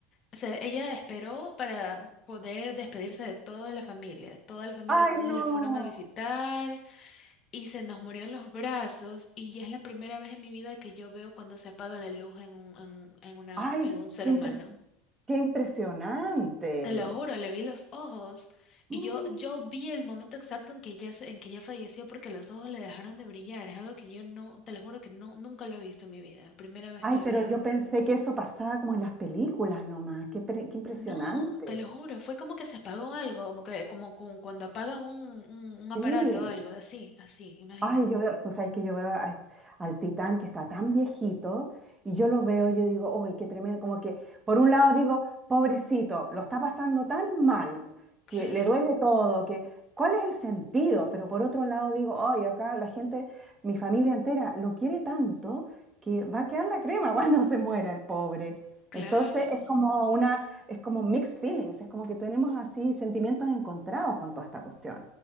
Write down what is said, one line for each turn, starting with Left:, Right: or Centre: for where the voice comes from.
Left: se- ella esperó para poder despedirse de toda la familia, toda la familia,
Right: Ay,
Left: todos
Right: no.
Left: la fueron a visitar. Y se nos murió en los brazos y ya es la primera vez en mi vida que yo veo cuando se apaga la luz en un, en, en una,
Right: Ay,
Left: en un ser
Right: qué,
Left: humano.
Right: impre- qué impresionante.
Left: Te lo juro, le vi los ojos y
Right: Mm.
Left: yo, yo vi el momento exacto en que ya, se- en que ya falleció porque los ojos le dejaron de brillar. Es algo que yo no, te lo juro que no, nunca lo he visto en mi vida. Primera vez
Right: Ay,
Left: que lo
Right: pero
Left: vi.
Right: yo pensé que eso pasaba como en las películas nomás. Qué, pre- qué impresionante.
Left: No, te lo juro, fue como que se apagó algo, como que, como cu- cuando apagas un, un, un aparato
Right: Sí.
Left: o algo, así, así, imagínate.
Right: Ay, yo veo, tú sabes que yo veo a- al Titán que está tan viejito y yo lo veo, y yo digo, ¡ay, qué tremendo! Como que, por un lado digo, pobrecito, lo está pasando tan mal,
Left: Claro,
Right: que le duele todo, que, ¿cuál es el sentido? Pero por otro lado digo, ¡ay, acá la gente, mi familia entera, lo quiere tanto que va a quedar la crema <laughs> cuando se muera el pobre!
Left: claro.
Right: Entonces es como una, es como mixed feelings, es como que tenemos así sentimientos encontrados con toda esta cuestión.